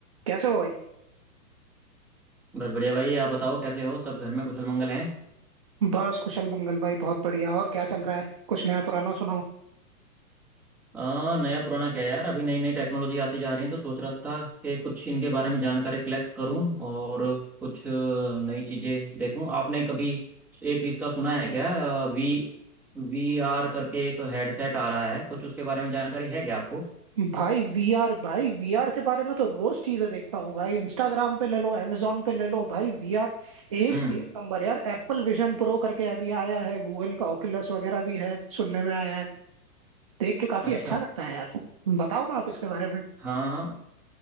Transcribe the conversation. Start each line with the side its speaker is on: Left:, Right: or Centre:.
Right: कैसे हो भाई
Centre: बस बढ़िया भाई आप बताओ कैसे हो सब घर में कुशल मंगल हैं
Right: बस कुशल मंगल भाई बहुत बढ़िया और क्या चल रहा है कुछ नया पुराना सुनाओ
Centre: आ, नया पुराना क्या यार अभी नई नई टेक्नोलॉजी आती जा रही है तो सोच रहा था कि कुछ इनके बारे में जानकारी कलेक्ट करूं और कुछ नई चीज़ें देखूं आपने कभी एक इसका सुना है क्या वी वी आर करके एक हेडसेट आ रहा है कुछ उसके बारे में जानकारी है क्या आपको
Right: भाई वीआर भाई वीआर के बारे में तो रोज चीजें देखता हूँ भाई इंस्टाग्राम पे ले लो amazon पे ले लो भाई वीआर एक
Centre: हम्म
Right: एक नंबर यार एप्पल विजन प्रो करके अभी आया है गूगल का ओculus वगैरह भी है सुनने में आया है देख के काफी
Centre: अच्छा
Right: अच्छा लगता है यार बताओ ना आप इसके बारे में
Centre: हाँ